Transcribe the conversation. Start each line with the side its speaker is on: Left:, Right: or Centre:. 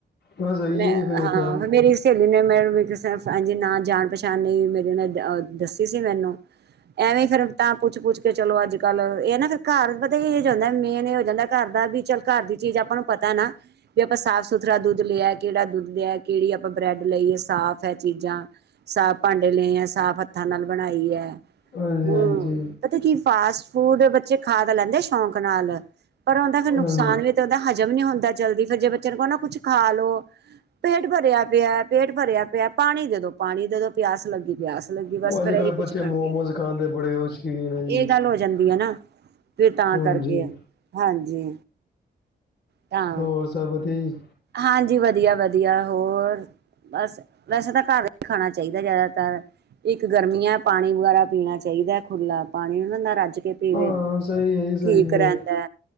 Left: ਬਸ ਸਹੀ
Right: ਮੈਂ
Left: ਹੈ ਜੀ ਫਿਰ
Right: ਹਾਂ
Left: ਤਾਂ
Right: ਮੇਰੀ ਸਹੇਲੀ ਨੇ ਮੈ ਕਿਸ ਨਾ ਜਾਣ ਪਛਾਣ ਨਹੀਂ ਮੇਰੇ ਨਾਲ ਦੱਸੀ ਸੀ ਮੈਨੂੰ ਐਵੇਂ ਫਿਰ ਤਾਂ ਪੁੱਛ ਪੁੱਛ ਕੇ ਚਲੋ ਅੱਜ ਕੱਲ ਇਹ ਨਾ ਫਿਰ ਘਰ ਵਧੀ ਜਾਂਦਾ ਮੇਨ ਇਹ ਹੋ ਜਾਂਦਾ ਘਰ ਦਾ ਵੀ ਚੱਲ ਘਰ ਦੀ ਚੀਜ਼ ਆਪਾਂ ਨੂੰ ਪਤਾ ਨਾ ਵੀ ਆਪਾਂ ਸਾਫ਼ ਸੁਥਰਾ ਦੁੱਧ ਲਿਆ ਕਿਹੜਾ ਦੁੱਧ ਲਿਆ ਕਿਹੜੀ ਆਪਾਂ ਬ੍ਰੈਡ ਲਈਏ ਸਾਫ਼ ਹੈ ਚੀਜ਼ਾਂ ਸਾਫ਼ ਭਾਂਡੇ ਲਏ ਹੈ ਸਾਫ਼ ਹੱਥਾਂ ਨਾਲ ਬਣਾਈ ਹੈ।
Left: ਹਾਂਜੀ
Right: ਹੂੰ,
Left: ਹਾਂਜੀ
Right: ਪਤਾ ਕੀ ਫਾਸਟ ਫੂਡ ਬੱਚੇ ਖਾ ਤਾਂ ਲੈਂਦੇ ਆ ਸ਼ੌਕ ਨਾਲ ਪਰ ਉਹਦਾ ਫਿਰ ਨੁਕਸਾਨ
Left: ਹਾਂਜੀ
Right: ਵੀ ਤੇ ਉਹਦਾ ਹਜ਼ਮ ਨੀ ਹੁੰਦਾ ਜਲਦੀ ਫਿਰ ਜੇ ਬੱਚੇ ਨੂੰ ਕਹੋ ਨਾ ਕੁਛ ਖਾ ਲੋ ਪੇਟ ਭਰਿਆ ਪਿਆ ਪੇਟ ਭਰਿਆ ਪਿਆ ਪਾਣੀ ਦੇ ਦੋ ਪਾਣੀ ਦੇ ਦੋ ਪਿਆਸ ਲੱਗੀ ਪਿਆਸ ਭੁੱਖ ਲੱਗੀ
Left: ਉਹ
Right: ਸੀ
Left: ਅੱਜ
Right: ਫਿਰ ਇਹੀ
Left: ਕੱਲ੍ਹ
Right: ਕੁਛ
Left: ਬੱਚੇ
Right: ਕਰਦੇ
Left: ਮੋਮੋਸ
Right: ਰਹਿੰਦੇ
Left: ਖਾਣ ਦੇ ਬੜੇ ਉਹ ਸ਼ੌਕੀਨ ਹੈ ਜੀ
Right: ਇਹ ਗੱਲ ਹੋ ਜਾਂਦੀ ਹੈ ਨਾ ਤੇ ਤਾਂ
Left: ਹਾਂਜੀ
Right: ਕਰਕੇ ਹਾਂਜੀ ਤਾਂ
Left: ਹੋਰ ਸਭ ਵਧੀਆ ਜੀ
Right: ਹਾਂਜੀ ਵਧੀਆ ਵਧੀਆ ਹੋਰ ਬਸ ਵੈਸੇ ਤਾਂ ਘਰ ਹੀ ਖਾਣਾ ਚਾਹੀਦਾ ਜ਼ਿਆਦਾਤਰ ਇੱਕ ਗਰਮੀਆਂ ਪਾਣੀ ਵਗੈਰਾ ਪੀਣਾ ਚਾਹੀਦਾ ਖੁੱਲਾ ਪਾਣੀ ਨੂੰ ਰੱਜ ਕੇ ਪੀਵੇ
Left: ਹਾਂ ਸਹੀ ਹੈ ਹੀ ਸਹੀ
Right: ਠੀਕ
Left: ਹੈ
Right: ਰਹਿੰਦਾ